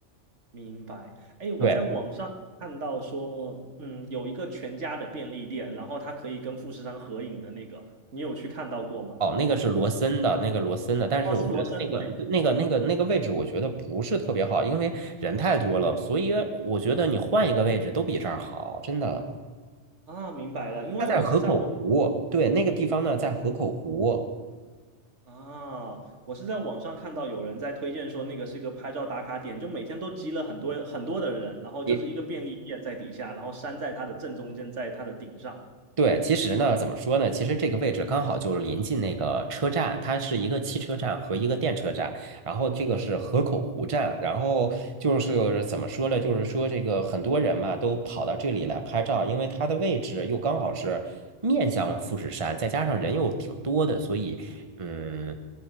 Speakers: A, on the right; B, on the right.
A: 明白。哎，我在网上看到说，
B: 对，
A: 嗯，有一个全家的便利店，然后它可以跟富士山合影的那个，你有去看到过吗？
B: 哦，那个是罗森的，那个罗森的，但是我觉得那个那个那个那个位置我觉得不是特别好，
A: 哦，是罗森，对。
B: 因为人太多了，所以我觉得你换一个位置都比这儿好，真的。
A: 啊，明白了，因为我是在网
B: 它在河口湖，对，那个地方呢在河口湖。
A: 啊，我是在网上看到有人在推荐说那个是一个拍照打卡点，就每天都集了很多很多的人，然后就是一个便利店在底下，
B: 你
A: 然后山在它的正中间，在它的顶上。
B: 对，其实呢，怎么说呢？其实这个位置刚好就是临近那个车站，它是一个汽车站和一个电车站，然后这个是河口湖站，然后就是怎么说呢？就是说这个很多人嘛都跑到这里来拍照，因为它的位置又刚好是面向富士山，再加上人又挺多的，所以嗯，